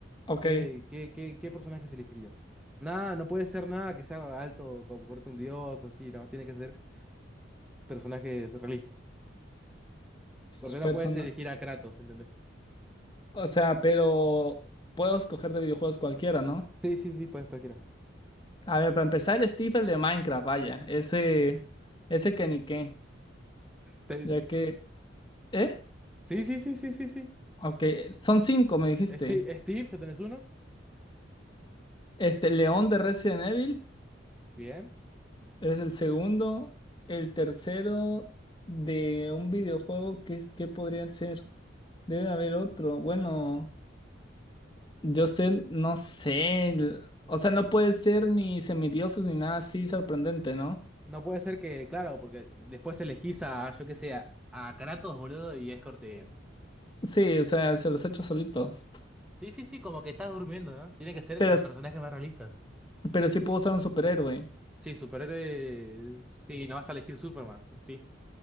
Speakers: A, on the left; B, in the centre.
A: ok.
B: ¿Qué, qué, qué, qué personajes elegirías? Nada, no puede ser nada que sea alto, como corte un dios, así, no, tiene que ser personajes realistas.
A: s-
B: Corte, no
A: Persona.
B: puedes elegir a Kratos, ¿entendés?
A: O sea, pero puedo escoger de videojuegos cualquiera, ¿no?
B: Sí, sí, sí, puedes cualquiera.
A: A ver, para empezar, Steve, el de Minecraft, vaya, ese, ese que ni qué,
B: Te-
A: ya que, ¿eh?
B: Sí, sí, sí, sí, sí, sí.
A: Ok, son cinco, me dijiste.
B: Eh, sí, Steve, ya tenés uno.
A: Este, León de Resident Evil
B: Bien.
A: es el segundo, el tercero de un videojuego, ¿qué, es- qué podría ser? Debe haber otro, bueno, yo sé, no sé, el- o sea, no puede ser ni semidioses ni nada así sorprendente, ¿no?
B: No puede ser que, claro, porque después elegís a, yo qué sé, a, a Kratos, boludo, y es Cortez.
A: Sí, o sea, se los he hecho solitos,
B: Sí, sí, sí, como que estás durmiendo, ¿no? Tiene que ser
A: pero,
B: con
A: s-
B: personajes más realistas.
A: pero sí puedo usar un superhéroe.
B: Sí, superhéroe. Sí, no vas a elegir Superman, sí.